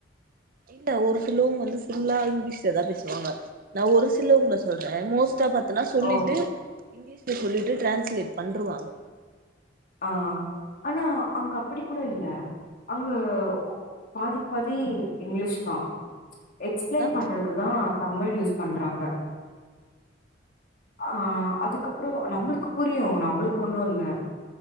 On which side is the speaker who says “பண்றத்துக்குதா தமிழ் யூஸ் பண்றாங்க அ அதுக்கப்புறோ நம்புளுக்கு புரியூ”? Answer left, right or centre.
Left